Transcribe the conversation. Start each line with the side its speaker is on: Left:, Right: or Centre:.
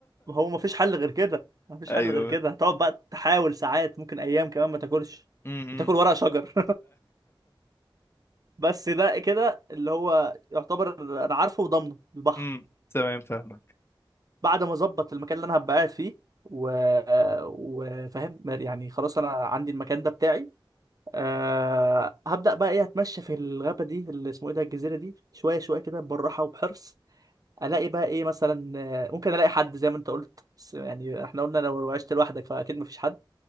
Right: ما هو مفيش حل غير كده مفيش
Left: ايوه
Right: حل غير كده هتقعد بقى تحاول ساعات ممكن ايام كمان ما تاكلش
Left: امم
Right: تاكل ورق شجر <laughs> بس ده كده اللي هو يعتبر انا عارفه وضامنه البحر
Left: امم <laughs> تمام فاهمك
Right: بعد ما اظبط المكان اللي انا هبقى قاعد فيه و... وفاهم يعني خلاص انا عندي المكان ده بتاعي أه... هبدأ بقى ايه اتمشى في الغابة دي اللي اسمه ايه ده الجزيرة دي شوية شوية كده بالراحة وبحرص الاقي بقى ايه مثلا آه، ممكن الاقي حد زي ما انت قلت بس يعني احنا قلنا لو عشت لوحدك فاكيد مفيش حد